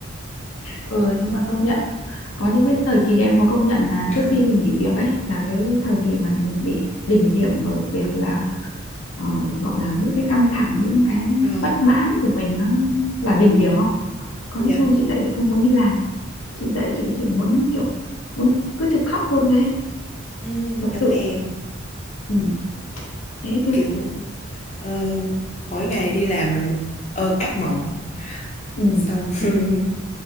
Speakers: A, on the left (about 80°); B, on the left (about 30°).
A: ừ nhưng mà công nhận có những cái thời kỳ em có công nhận là
B: <clears throat>
A: trước khi mình nghỉ việc ấy là cái thời kỳ mà mình bị đỉnh điểm bởi việc là ờ, gọi là những cái căng thẳng những cái
B: Ờ,
A: bất mãn của mình nó là đỉnh điểm không có
B: dạ
A: những hôm chị dậy chị không muốn đi làm chị dậy chị chỉ muốn kiểu muốn cứ trực khóc luôn đấy
B: ừ,
A: thật
B: giống
A: sự
B: em
A: ừ. thế chứ
B: kiểu ờ, mỗi ngày đi làm là một ơn ác mộng
A: ừ.
B: xong <laughs>